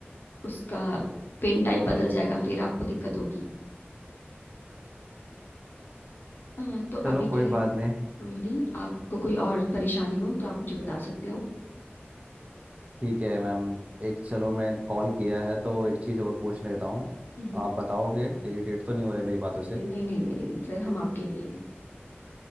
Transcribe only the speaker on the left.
उसका पेन टाइप बदल जाएगा फिर आपको दिक्कत होगी हाँ तो
अभी के
लिए
कोई नहीं आपको कोई और परेशानी हो तो आप मुझे बता सकते हो
हम्म,
अरे नहीं नहीं नहीं नहीं सर हम आपके लिए ही हैं